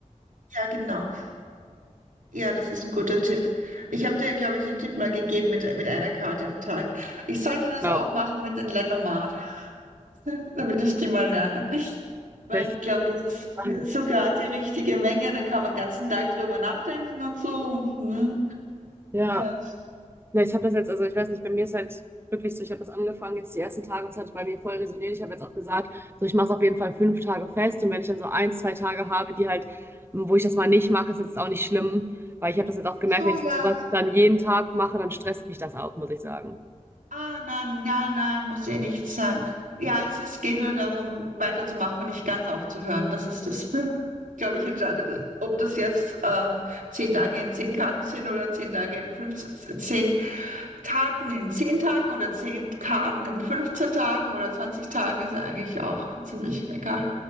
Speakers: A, on the right; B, on the right.
A: ja, genau. Ja, das ist ein guter Tipp. Ich habe dir ja, glaube ich, den Tipp mal gegeben mit, mit einer Karte am Tag. Ich sollte das
B: Genau.
A: auch machen mit den Lendomat. <laughs> damit ich die mal lerne. Weil
B: Ja, ich
A: ich
B: glaub,
A: glaube, das ist
B: dann-
A: so gerade die richtige Menge. Dann kann man den ganzen Tag drüber nachdenken und so. Und, ne?
B: ja.
A: Ja.
B: Ja, ich habe das jetzt, also ich weiß nicht, bei mir ist halt wirklich so, ich habe das angefangen jetzt die ersten Tage, und es hat bei mir voll resoniert. Ich habe jetzt auch gesagt, so ich mache es auf jeden Fall fünf Tage fest und wenn ich dann so ein, zwei Tage habe, die halt, m, wo ich das mal nicht mache, ist das jetzt auch nicht schlimm, weil ich habe das jetzt auch gemerkt,
A: Soja,
B: wenn ich sowas dann jeden Tag mache, dann stresst mich das auch, muss ich sagen.
A: ah, nein, nein, nein, muss ja nichts sein. Ja, es ist, geht nur darum, weiterzumachen und nicht ganz aufzuhören. Das ist das, <laughs> glaube ich, entscheidende. Ob das jetzt ähm, zehn Tage in zehn Karten sind oder zehn Tage in 15 zehn Taten in zehn Tagen oder zehn Karten in 15 Tagen oder 20 Tagen, ist eigentlich auch ziemlich egal.